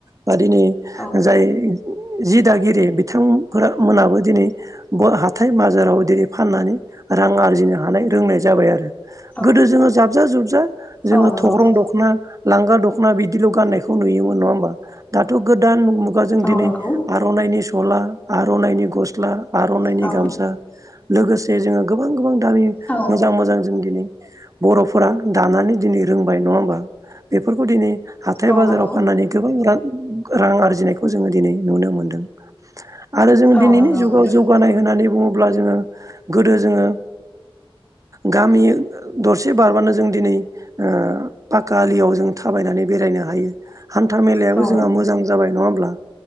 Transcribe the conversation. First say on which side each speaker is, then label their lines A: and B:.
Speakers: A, on the right; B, on the left.
A: बा दिनै
B: औ
A: जाय जि दागिरि बिथांफोर मोनाबो दिनै हाथाय बाजाराव दिनै फाननानै रां आरजिनो हानाय रोंनाय जाबाय आरो।
B: औ
A: गोदो जोङो जाबजा जुबजा जोङो
B: औ नंगौ
A: थग्रं-दख'ना।
B: नोंथां
A: लांगा दख'ना बिदिल' गाननायखौ नुयोमोन नङा होमबा। दाथ' गोदान मुगा जों
B: औ
A: दिनै।
B: नंगौ
A: आर'नाइनि सला, आर'नाइनि गस्ला, आर'नाइनि
B: औ
A: गामसा लोगोसे जे जोङो गोबां गोबां दामि
B: औ
A: मोजां मोजां जों दिनै बर'फोरा दानानै दिनै रोंबाय नङा होमबा। बेफोरखौ दिनै हाथाय
B: औ
A: बाजाराव
B: नंगौ
A: फाननानै गोबां रां रां आरजिनायखौ जोङो दिनै नुनो मोन्दों आरो जों
B: औ
A: दिनैनि
B: नंगौ
A: जुगाव
B: नोंथां
A: जौ जौगानाय होननानै बुङोब्ला जोङो गोदो जोङो गामि दरसे बारबानो जों दिनै ओ पाका आलियाव जों थाबायनानै बेरायनो हायो। हान्था मेलायाबो
B: औ
A: जोंहा मोजां जाबाय नङा होमब्ला।